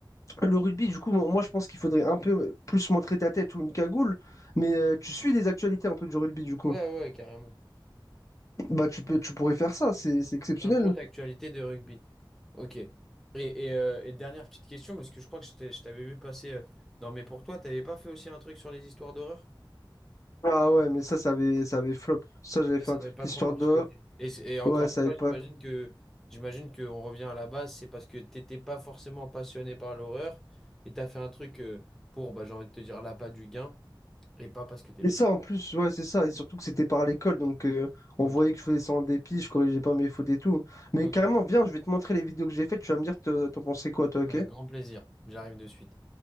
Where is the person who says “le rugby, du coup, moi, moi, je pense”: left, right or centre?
Left